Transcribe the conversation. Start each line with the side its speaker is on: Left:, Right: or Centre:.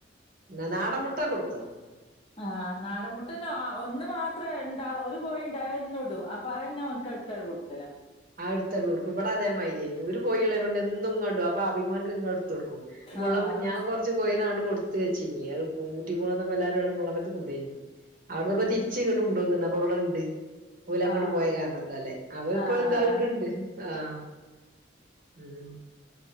Right: നന്ന ആട മുട്ട കൊടുത്തോ
Left: ആഹ് നാടമുട്ടന്നെ ഒന്ന് മാത്രം ഇണ്ട ഒരു കോഴി ഉണ്ടാവന്നടൂ അപ്പൊ അതന്നെ വിട്ടോട്ക്കലാ
Right: അടുത്തടുൂർക്ക് ഇവിടെ അതേമായിരു ഏന് ഒരു കോഴുള്ളേന കൊണ്ട് എന്നും ഇങ്ങടും അപ്പ അബിമാനക്ക് ഇങ്ങും <unintelligible>
Left: ആഹ്
Right: കോഴിനാട് കൊടുത്തയ്ച്ചനീ അ കുട്ടി മളന്ന എല്ലരും ആ മത്ത് കൊണ്ടൊയിനി അവിടുന്ന്
Left: ഉം
Right: ഇപ്പ തിരിച്ച ഇങ്ങോട്ട് കൊണ്ടുവന്നണ്ട് അപ്പ ഇവിടെണ്ട് ഓല അങ്ങോട്ട്
Left: ആഹ്
Right: പോയ കാരണത്താലെ അവ
Left: ആഹ്
Right: അപ്പഴത
Left: ആഹ് ആഹ്
Right: ഇടുണ്ട് ആഹ് അതന്നെ